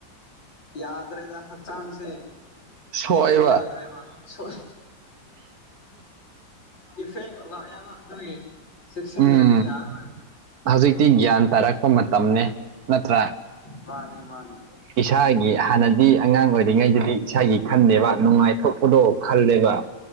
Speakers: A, on the left; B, on the right.
A: ꯌꯥꯗ꯭ꯔꯦꯗ ꯍꯛꯆꯥꯡꯁꯤꯦ
B: ꯁꯣꯏꯕ
A: ꯇꯧꯕ ꯌꯥꯗ꯭ꯔꯦꯃ ꯁꯣ ꯏꯐꯦꯛ ꯂꯥꯛꯑꯕ ꯑꯗꯨꯒꯤ ꯆꯦꯛꯁꯤꯟꯗ꯭ꯔꯗꯤ
B: ꯎꯝ
A: ꯌꯥꯔꯣꯏ
B: ꯍꯧꯖꯤꯛꯇꯤ ꯒ꯭ꯌꯥꯟ ꯇꯥꯔꯛꯄ ꯃꯇꯝꯅꯤꯅꯦ ꯅꯠꯇ꯭ꯔꯥ
A: ꯃꯥꯅꯦ ꯃꯥꯅꯦ
B: ꯏꯁꯥꯒꯤ ꯍꯥꯟꯅꯗꯤ ꯑꯉꯥꯡ ꯑꯣꯏꯔꯤꯉꯩꯗꯗꯤ ꯏꯁꯥꯒꯤ ꯈꯟꯗꯦꯕ ꯅꯨꯡꯉꯥꯏꯊꯣꯛꯄꯗꯣ ꯈꯜꯂꯦꯕ